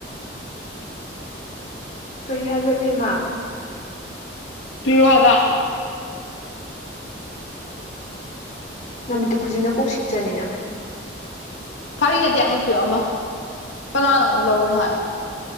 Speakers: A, on the left; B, on the left.
A: ꯀꯔꯤ ꯍꯥꯏꯕ ꯏꯕꯤꯦꯝꯃꯥ
B: ꯇ ꯋꯥꯗ
A: ꯅꯨꯃꯤꯠꯇꯨ ꯈꯨꯖꯤꯟꯅ ꯀꯣꯛ ꯁꯤꯛꯆꯅꯤꯅ
B: ꯐꯥꯒꯤꯅꯗꯤꯦ ꯑꯃ ꯄꯤꯌꯣ ꯑꯃ ꯀꯅꯥꯅꯣ ꯑꯃ ꯂꯧꯔꯅꯣ ꯍꯥꯏ